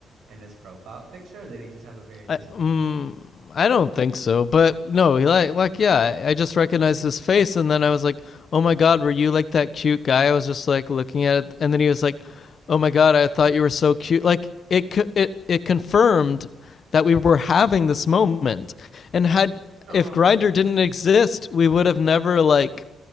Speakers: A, on the right; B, on the left.
A: in his profile picture? Or did he just have a very distinct
B: I, um
A: face?
B: I don't think so, but no, like, like yeah, I, I just recognized his face, and then I was like, oh my god, were you like that cute guy? I was just like looking at it, and then he was like, oh my god, I thought you were so cute. Like it, it, it confirmed that we were having this moment, and had
A: Oh,
B: if Grinder
A: I
B: didn't exist, we would have never like